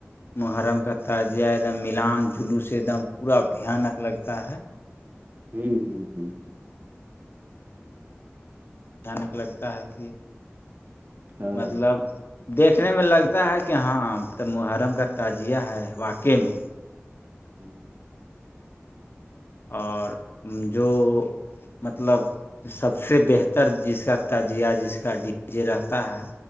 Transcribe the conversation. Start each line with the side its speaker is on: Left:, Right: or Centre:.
Left: محرم کا تعجیہ ایک دم ملان جلوس سے ایک دم پورا بھیانک لگتا ہے
Right: ہوں ہوں ہوں
Left: اچانک لگتا ہے کہ
Right: ہاں
Left: مطلب دیکھنے میں لگتا ہے کہ ہاں تو محرم کا تعجزیہ ہے واقعہ میں
Right: ہوں
Left: اور جو مطلب سب سے بہتر جس کا تجیہ جس کا ڈی جے رہتا ہے